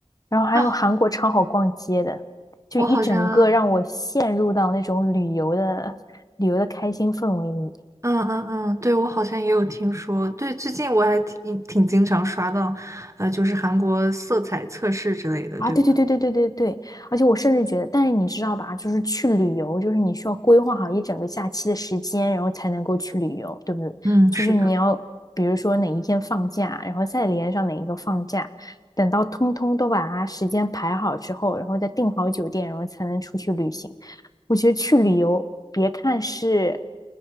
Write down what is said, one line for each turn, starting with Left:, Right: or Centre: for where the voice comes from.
Left: 然后还有韩国超好逛街的，
Right: 啊。
Left: 就一整个让我陷入到那种旅游的旅游的开心氛围里。
Right: 我好像，嗯嗯嗯，对，我好像也有听说。对，最近我还挺挺经常刷到，呃，就是韩国色彩测试之类的，
Left: 啊，
Right: 对吧？
Left: 对对对对对对对，而且我甚至觉得，但是你知道吧，就是去旅游，就是你需要规划好一整个假期的时间，然后才能够去旅游，对不对？
Right: 嗯，
Left: 就是你要比如说哪一天放假，
Right: 是的。
Left: 然后再连上哪一个放假，等到通通都把它时间排好之后，然后再订好酒店，然后才能出去旅行。我觉得去旅游，别看是